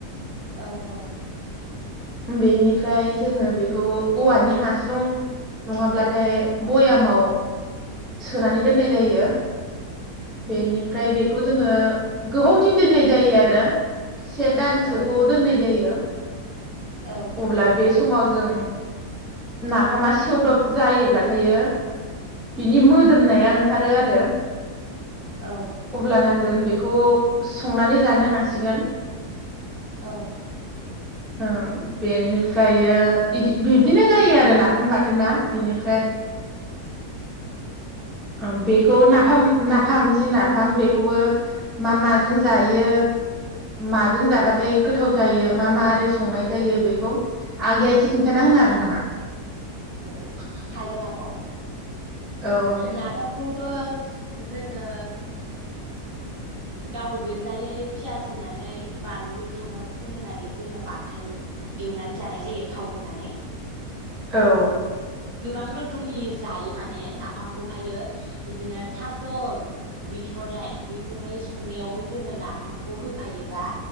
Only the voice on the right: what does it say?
औ औ।
औ
औ
औ औ
औ।
औ।
औ हागोन आब'
नाफामखौ थ' जोङो गाव गोजायै फियास होनानै बानलु सामब्राम गुफुर होनानै जोङो बाथोन एवनानै जानाय जायो थाव होनानै
गोबां रोखोमनि जायो माने ना नाफामखौहायो इदिनो थास' बिथ'राइ बेखौहाय संनायावबो जोङो नाफामखौ होफायोबा